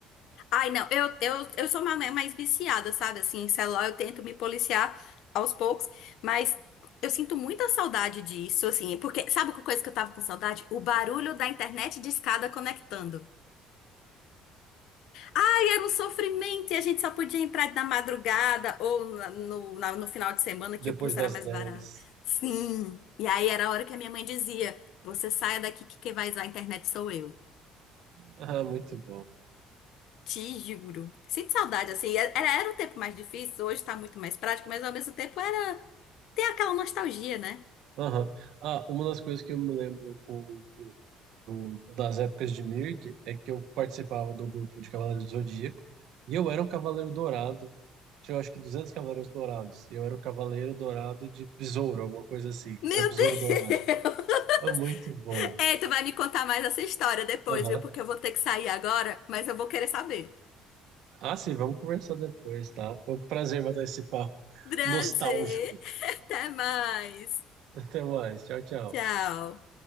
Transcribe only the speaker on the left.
ai não, eu, eu, eu sou uma mais viciada, sabe? Assim, em celular eu tento me policiar aos poucos, mas eu sinto muita saudade disso, assim, porque sabe que coisa que eu tava com saudade? O barulho da internet de escada conectando. Ai, era um sofrimento e a gente só podia entrar na madrugada ou na- no, na- no final de semana que
o pulso
era mais
barato. Sim. E aí era a hora que a minha mãe dizia: Você saia daqui que quem vai usar a internet sou eu.
Te juro. Sinto saudade, assim. Era, era um tempo mais difícil, hoje tá muito mais prático, mas ao mesmo tempo era. Tem aquela nostalgia, né?
Meu
Deus!
<laughs> Ei, tu vai me contar mais essa história depois,
viu? Porque eu vou ter que sair agora, mas eu vou querer saber.
Prazer!
<laughs> Até mais!
Tchau.